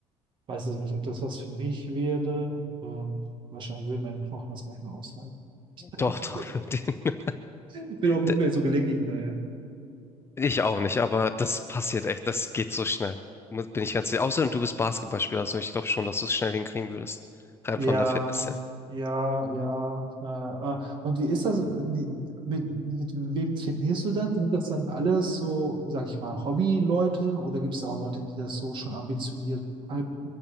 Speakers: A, on the right; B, on the left.
A: Weiß ich nicht, ob das was für mich wäre. Ähm, wahrscheinlich würden meine Knochen das gar nicht mehr aushalten. <laughs>
B: Doch,
A: Ich
B: doch.
A: bin,
B: <laughs> den-
A: ich bin auch nicht
B: de-
A: mehr so gelenkig daher.
B: Ich auch nicht, aber das passiert echt, das geht so schnell. Mu- Bin ich ganz sicher. Außerdem, du bist Basketballspieler, also ich glaube schon, dass du es schnell hinkriegen würdest. Rein
A: Ja,
B: von der Fitness her.
A: ja, ja. Na, äh, und wie ist das? Die- Mit, mit wem trainierst du dann? Sind das dann alles so, sag ich mal, Hobby-Leute oder gibt es auch Leute, die das so schon ambitioniert, halb